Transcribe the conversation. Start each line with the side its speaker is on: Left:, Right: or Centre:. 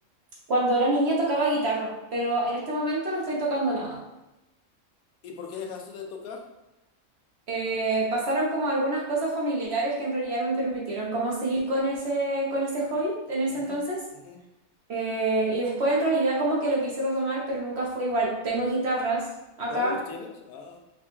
Right: cuando era niña tocaba guitarra, pero en este momento no estoy tocando nada.
Left: ¿Y por qué dejaste de tocar?
Right: Eh, pasaron como algunas cosas familiares que en realidad no me permitieron como seguir con ese, con ese hobby en ese
Left: Ujú,
Right: entonces.
Left: ujú.
Right: Eh, y después en realidad como que lo quise retomar, pero nunca fue igual. Tengo guitarras acá.
Left: ¿Todavía las tienes? Ah,